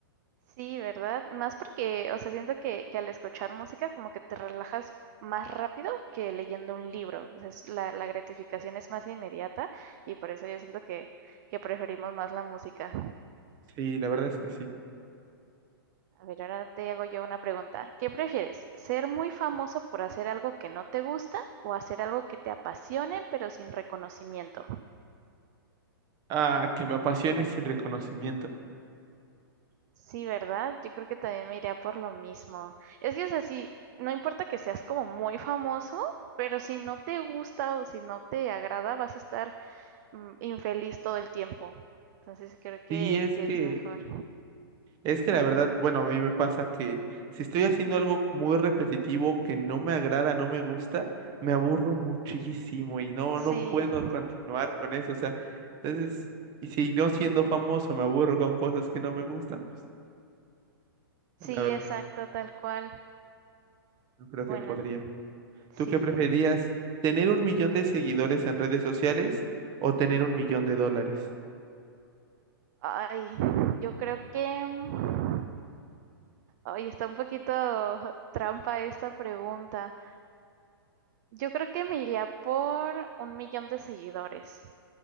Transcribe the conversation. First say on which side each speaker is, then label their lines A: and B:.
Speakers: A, on the right (about 45°); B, on the right (about 30°).
A: Sí, ¿verdad? Más porque, o sea, siento que, que al escuchar música como que te relajas más rápido que leyendo un libro. O sea, es- la, la gratificación es más inmediata y por eso yo siento que, que preferimos más la música.
B: Sí, la verdad es que sí.
A: A ver, ahora te hago yo una pregunta. ¿Qué prefieres? ¿Ser muy famoso por hacer algo que no te gusta o hacer algo que te apasione pero sin reconocimiento?
B: Ah, que me apasiones sin reconocimiento.
A: Sí, ¿verdad? Yo creo que también me iría por lo mismo. Es que es así, no importa que seas como muy famoso, pero si no te gusta o si no te agrada, vas a estar mm, infeliz todo el tiempo. Entonces creo que,
B: Sí, es
A: que
B: que
A: es mejor.
B: Es que la verdad, bueno, a mí me pasa que si estoy haciendo algo muy repetitivo que no me agrada, no me gusta, me aburro muchísimo y no,
A: Sí,
B: no puedo continuar con eso. O sea, entonces, y si no siendo famoso me aburro con cosas que no me gustan, pues
A: sí,
B: la verdad,
A: exacto, tal cual.
B: no creo
A: Bueno,
B: que podría.
A: en- sí.
B: ¿Tú qué preferías? ¿Tener un millón de seguidores en redes sociales o tener un millón de dólares?
A: Ay, yo creo que... mm, Ay, está un poquito <laughs> trampa esta pregunta. Yo creo que me iría por un millón de seguidores.